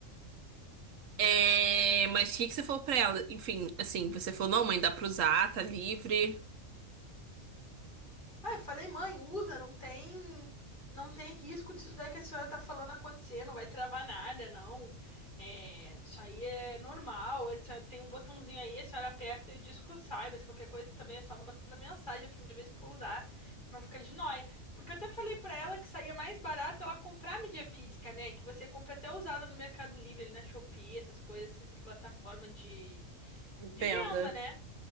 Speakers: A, on the right; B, on the left.
A: É, mas o que que você falou pra ela? Enfim, assim, você falou, não, mãe, dá pra usar, tá livre.
B: Ah, eu falei, mãe, usa, não tem, não tem risco disso daí que a senhora tá falando acontecer, não vai travar nada, não. É, isso aí é normal, a senhora tem um botãozinho aí, a senhora aperta e o disco sai, mas qualquer coisa também é só mandar mensagem a primeira vez que for usar, não fica de nóia. Porque eu até falei pra ela que saía mais barato ela comprar mídia física, né? Que você compra até usada no Mercado Livre, ali na Shopee, essas coisas assim, essas plataformas de,
A: Entenda.
B: de venda, né?